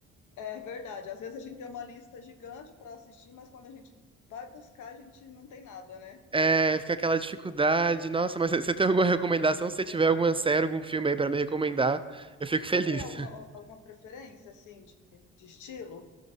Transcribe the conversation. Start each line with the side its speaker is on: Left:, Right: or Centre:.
Left: é verdade. Às vezes a gente tem uma lista gigante para assistir, mas quando a gente vai buscar, a gente não tem nada, né?
Right: É, fica aquela dificuldade. Nossa, mas você
Left: Uhum.
Right: tem alguma recomendação? Se você tiver alguma série, algum filme aí pra me recomendar, eu fico feliz.
Left: Você tem alguma,
Right: <laughs>
Left: alguma preferência, assim, de, de estilo?